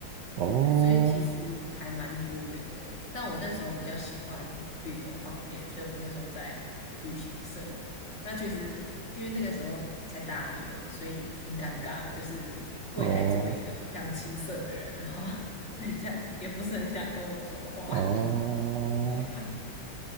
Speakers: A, on the right; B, on the left.
A: 哦哦
B: 对，所以其实还蛮多元的。但我那时候比较喜欢旅游方面，所以我那时候在旅行社。那其实因为那个时候才大一而已，所以挺尴尬的，就是柜台做一个非常青涩的人，
A: 哦
B: 然后 <laughs> 人家也不是很想跟我说话。
A: 哦。
B: <laughs> 对呀，